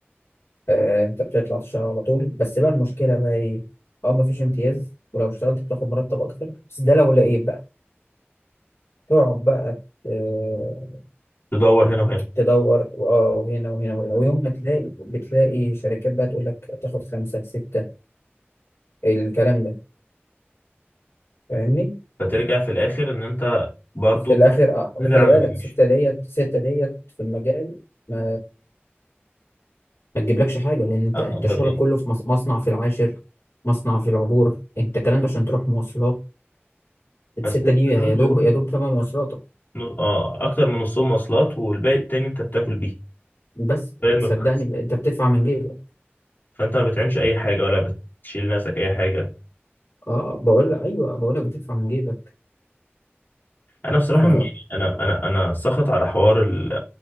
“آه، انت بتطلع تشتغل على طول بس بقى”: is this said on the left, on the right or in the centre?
Left